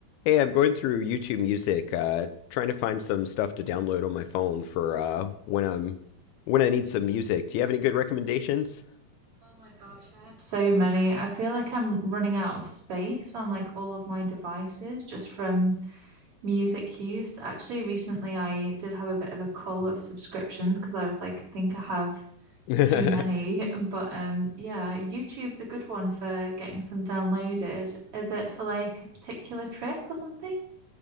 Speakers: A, on the left (about 85°); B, on the right (about 40°).
A: Hey, I'm going through YouTube Music, uh, trying to find some stuff to download on my phone for uh, when I'm when I need some music. Do you have any good recommendations?
B: Oh my gosh, I have so many. I feel like I'm running out of space on like all of my devices just from music use. Actually, recently I did have a bit of a cull of subscriptions because I was like, I think I have
A: <laughs>
B: too many. <laughs> But um yeah, YouTube's a good one for getting some downloaded. Is it for like a particular trip or something?